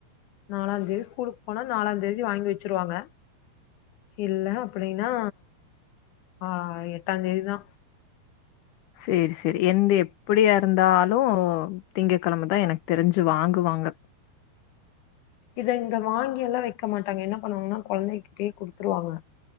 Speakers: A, on the left; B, on the left.
A: நாலாந்தேதி ஸ்கூலுக்கு போனா நாலாந்தேதி வாங்கி வச்சிருவாங்க இல்ல அப்டின்னா ஆஹ் எட்டா தேதிதா
B: சேரி சேரி எந்த எப்டியாருந்தாலு திங்க கிழமதா எனக்கு தெரிஞ்சு வாங்குவாங்க
A: இத இங்க வாங்கியெல்லா வைக்க மாட்டாங்க என்ன பண்ணுவாங்கன்னா கொழந்தகிட்டயே கொடுத்துருவாங்க